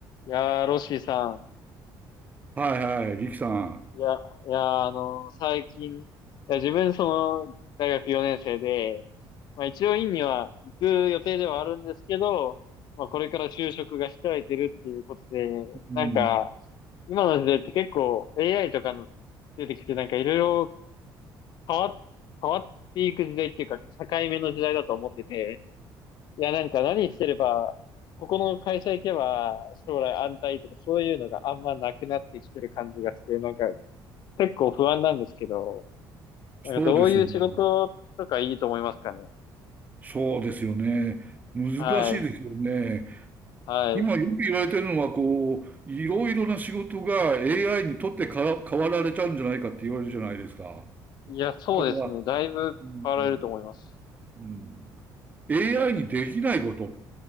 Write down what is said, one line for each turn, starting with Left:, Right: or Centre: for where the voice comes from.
Left: いやー、ロッシーさん。
Right: はいはい、力さん。
Left: いや、いやー、あのー最近、いや、自分、その、大学4年生で、まあ一応院には行く予定ではあるんですけど、まあこれから就職が控えてるっていうことで、
Right: うん。
Left: なんか、今の時代って結構 AI とか出てきて、なんかいろいろ変わっ、変わっていく時代っていうか、境目の時代だと思ってて、いや、なんか何してれば、ここの会社行けば将来安泰とかそういうのがあんまなくなってきてる感じがして、なんか結構不安なんですけど、なんかどういう仕事とかいいと思いますかね。
Right: そうですよね。そうですよね。難しいですよね。
Left: はい。はい。
Right: 今よく言われてるのは、こう、いろいろな仕事が AI にとってから変わられちゃうんじゃないかって言われるじゃないですか。
Left: いや、そうですね。
Right: だから、
Left: だいぶ変わられると思います。
Right: うん、うん、AI にできないことっ